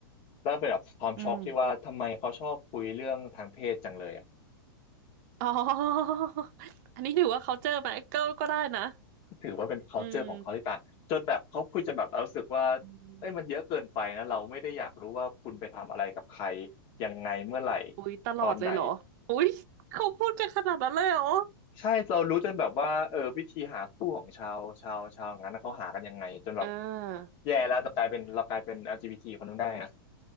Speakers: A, on the left; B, on the right.
A: แล้วเป็นแบบความช็อกที่ว่าทำไมเขาชอบคุยเรื่องทางเพศจังเลยอ่ะ
B: อืม อ๋อ <laughs> อันนี้ถือว่าเขาเจอไหมก็ก็ได้นะ
A: ก็ถือว่าเป็น culture
B: อืม
A: ของเขาที่ต่างจนแบบเขาคุยจนแบบเรารู้สึกว่า
B: อืม
A: เอ้ยมันเยอะเกินไปนะเราไม่ได้อยากรู้ว่าคุณไปทำอะไรกับใครยังไงเมื่อไหร่
B: อุ๊ยตลอดเลยเหรอ
A: ตอนไหน
B: อุ๊ยเขาพูดกันขนาดนั้นเลยเหรอ
A: ใช่เรารู้จนแบบว่าเออวิธีหาคู่ของชาวชาวชาวงั้นนะเขาหากันยังไงจนแบบ
B: อ่า
A: แย่แล้วจะกลายเป็นเรากลายเป็น LGBT คนนึงได้นะ